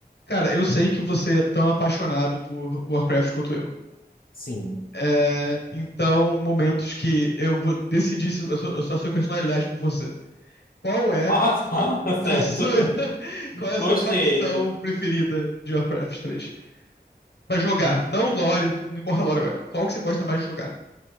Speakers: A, on the left (about 85°); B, on the left (about 60°).
A: Cara, eu sei que você é tão apaixonado por Warcraft quanto eu.
B: Sim.
A: É, então, momentos que eu vou decidir se eu sou, eu sou a sua personalidade por você. Qual é
B: Ah, tá, <laughs> certo.
A: a sua, <laughs> qual é a
B: Gostei.
A: sua facção preferida de Warcraft 3? Pra jogar, não lore, não importa lore agora. Qual que você gosta mais de jogar?